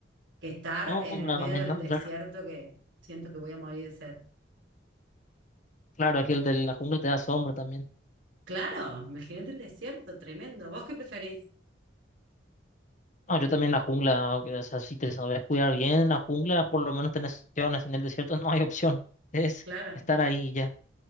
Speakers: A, on the right; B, on the left.
A: que estar
B: Sombra
A: en el medio
B: también,
A: del
B: ¿no?
A: desierto
B: Claro,
A: que siento que voy a morir de sed.
B: claro, aquel de la jungla te da sombra también.
A: Claro, imagínate el desierto, tremendo. ¿Vos qué preferís?
B: No, yo también en la jungla, aunque, o sea, si te sabes cuidar bien en la jungla, por lo menos tenés opciones. En el desierto no hay opción. <laughs> Es
A: Claro,
B: estar ahí y ya.